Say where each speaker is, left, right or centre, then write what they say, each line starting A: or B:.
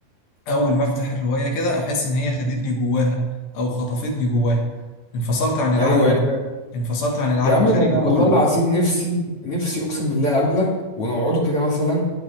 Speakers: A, on the left; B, on the left.
A: اول ما افتح الروايه كده احس ان هي خدتني جواها او خطفتني جواها انفصلت عن العالم
B: ايوه ايوه
A: ال- انفصلت عن العالم
B: يا عم
A: الخارجي
B: ده انا
A: كله
B: والله العظيم نفسي نفسي اقسم بالله اقابلك ونقعدوا كده مثلا